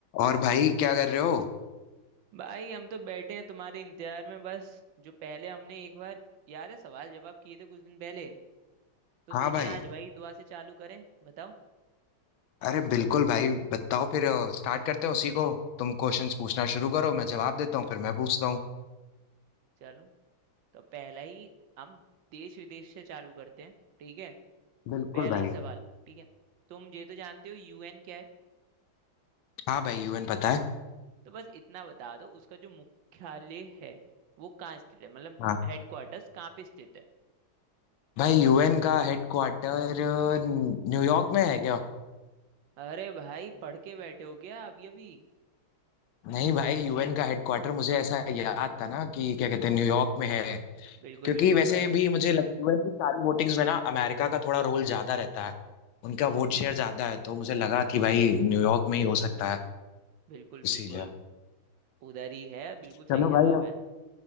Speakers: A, on the left (about 75°); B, on the right (about 70°).
A: और भाई क्या कर रहे हो
B: भाई हम तो बैठे हैं तुम्हारे इंतजार में बस जो पहले हमने एक बार याद है सवाल जवाब किए थे कुछ दिन पहले तो
A: हाँ
B: सोचे
A: भाई
B: आज वही दुआ से चालू करें बताओ
A: अरे बिल्कुल भाई बताओ फिर स्टार्ट करते हैं उसी को तुम क्वेश्चंस पूछना शुरू करो मैं जवाब देता हूँ फिर मैं पूछता हूँ
B: चलो तो पहला ही हम देश विदेश से चालू करते हैं ठीक है
A: बिल्कुल
B: पहला
A: भाई
B: ही सवाल ठीक है तुम ये तो जानते हो यूएन क्या है
A: हाँ भाई यूएन पता है
B: तो बस इतना बता दो उसका जो मुख्यालय है वो कहाँ स्थित है मतलब
A: हाँ
B: हेडक्वार्टर्स कहाँ पे स्थित है
A: भाई यूएन का हेडक्वार्टर न्यूयॉर्क में है क्या
B: अरे भाई पढ़ के बैठे हो क्या अभी अभी
A: नहीं भाई यूएन का हेडक्वार्टर मुझे ऐसा याद था ना कि क्या कहते हैं न्यूयॉर्क में है
B: बिल्कुल
A: क्योंकि
B: बिल्कुल
A: वैसे
B: भाई
A: भी मुझे लग, यूएन की सारी वोटिंग्स में ना अमेरिका का थोड़ा रोल ज्यादा रहता है उनका वोट शेयर ज्यादा है तो मुझे लगा कि भाई न्यूयॉर्क में ही हो सकता है
B: बिल्कुल
A: इसीलिए
B: बिल्कुल उधर ही है बिल्कुल
A: चलो
B: सही जवाब
A: भाई
B: है